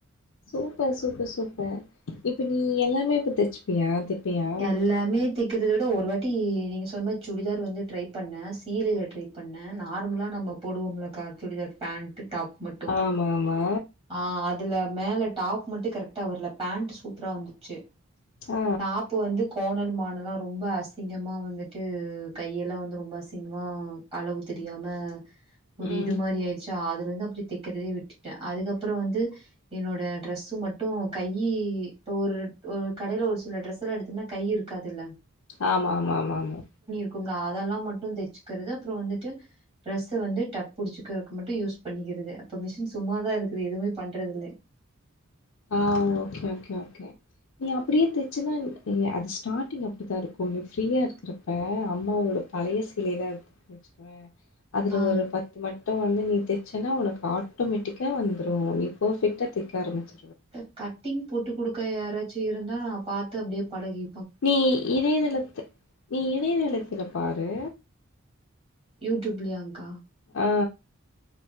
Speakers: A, on the left; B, on the right.
A: சூப்பர் சூப்பர் சூப்பர் இப்ப நீ எல்லாமே இப்போ தச்சுப்பியா தெப்பியா
B: எல்லாமே தை கிட்டதட்ட ஒரு வாட்டி நீங்க சொன்ன சுடிதார் வந்து ட்ரை பண்ண சீலைல ட்ரை பண்ண நார்மலா நம்ம போடுவோம்ளக்கா சுடிதார் பேண்ட் டாப் மட்டும்
A: ஆமா ஆமா
B: ஆ அதுல மேல டாப் மட்டு கரெக்டா வர்ல பேண்ட் சூப்பரா வந்துச்சு
A: ஆ
B: டாப் வந்து கோணல் மானல்லா ரொம்ப அசிங்கமா வந்துட்டு கையெல்லா வந்து ரொம்ப அசிங்கமா அளவு தெரியாம ஒரு
A: ம்
B: இது மாரி ஆயிச்சா அது வந்து அப்டி தெக்கறதே விட்டுட்ட அதுக்கப்பறோ வந்து என்னோட டிரெஸு மட்டு கையி இப்போ ஒரு ஒ கடையில ஒரு சில டிரரெஸ் எல்லா எடுத்தோன்னா கை இருக்காதுல்ல
A: ஆமா ஆமா ஆமா ஆமா
B: இருக்கும்ல அதெல்லா மட்டு தெச்சுக்கறது அப்றோ வந்துட்டு டிரெஸ்ஸ வந்து டக் புடுச்சுக்கறக்கு மட்டு யூஸ் பண்ணி க்கறது அப்ப மிஷின் சும்மாதா இருக்குது எதுமே பண்றது இல்ல
A: ஆ ஓகே ஓகே ஓகே நீ அப்டியே தச்சுன்னா அது ஸ்டார்டிங் அப்டித்தா இருக்கு நீ ஃப்ரீயா இருக்கறப்ப அம்மாவோட பழைய சீலைல இருக்கு வச்சுகோவே அதுல
B: ஆ
A: ஒரு பத்து மட் ட்ட வந்து நீ தெச்சனா உனக்கு ஆட்டோமேட்டிக்கா வந்துரு நீ பர்ஃபெக்டா தெக்க ஆரமிச்
B: கா கட்டிங் போட்டு கொடுக்க யாராச்சு இருந்தா நா பாத்து அப்டியே பழகி
A: நீ இணையதளத்து நீ இணையதளத்துல பாரு
B: யூ ட்யூப்லயாங்கா
A: ஆ